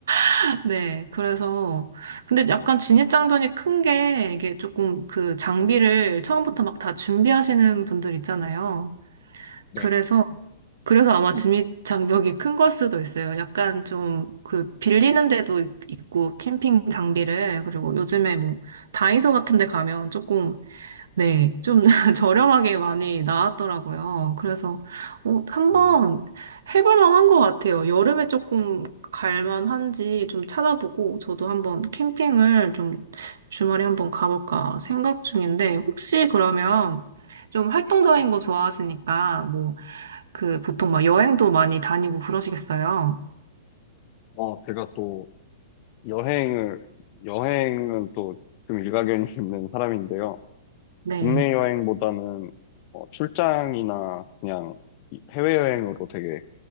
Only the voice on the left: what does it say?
네.
음.
어, 제가 또 여행을, 여행은 또 좀 일가견이 <laughs> 있는 사람인데요.
국내 여행보다는 어, 출장이나 그냥 이- 해외여행으로 되게